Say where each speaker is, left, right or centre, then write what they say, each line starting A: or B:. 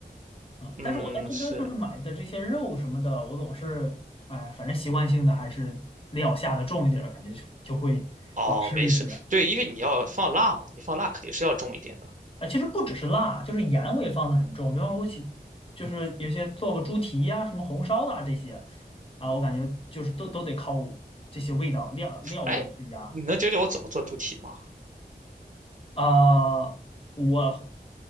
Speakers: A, on the left (about 35°); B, on the right (about 50°).
A: 啊，
B: 嗯，
A: 但是我在这边就是买的这些肉什么的，
B: 是。
A: 我总是哎，反正习惯性的还是料下的重一点儿，感觉就就会好吃一些。
B: 哦，没事，对，因为你要放辣嘛，你放辣肯定是要重一点的。
A: 啊，其实不只是辣，就是盐我也放的很重，比方说我起就是有些做个猪蹄呀、什么红烧的啊这些啊，我感觉就是都都得靠这些味道料料味去压。
B: 哎，你能教教我怎么做猪蹄吗？
A: 啊，我